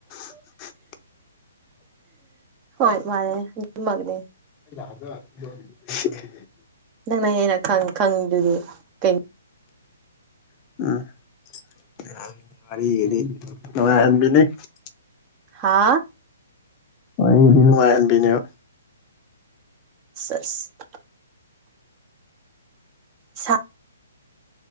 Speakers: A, on the left; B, on the right.
A: <inaudible>
B: ꯍꯣꯏ ꯃꯥꯔꯦ ꯑꯗꯨ ꯃꯛꯅꯦ
A: <unintelligible>
B: ꯅꯪꯅ ꯍꯦꯟꯅ ꯈꯪꯉꯤꯗꯨꯗꯤ ꯀꯩ
A: <unintelligible>
B: ꯍꯥꯥ
A: ꯋꯥꯔꯤꯗꯤ ꯅꯨꯡꯉꯥꯏ ꯍꯟꯕꯤꯅꯦꯕ
B: <unintelligible> ꯁꯥ